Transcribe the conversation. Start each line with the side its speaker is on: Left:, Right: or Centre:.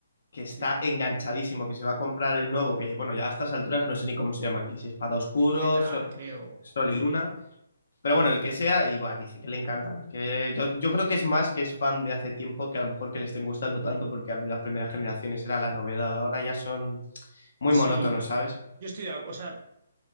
Left: que está
Right: sí.
Left: enganchadísimo, que se va a comprar el nuevo, que bueno, ya a estas alturas no sé ni cómo se llama aquí, si Espada Oscuro,
Right: ZA,
Left: Sol,
Right: creo,
Left: Sol
Right: o A
Left: y Luna.
Right: Z.
Left: Pero bueno, el que sea, y buah, dice que le encantan. Que yo, yo creo que es más que es fan de hace tiempo que a lo mejor que le estén gustando tanto, porque a mí las primeras generaciones era la novedad. Ahora ya son muy
Right: Sí,
Left: monótonos, ¿sabes?
Right: yo estoy, de- ac- o sea,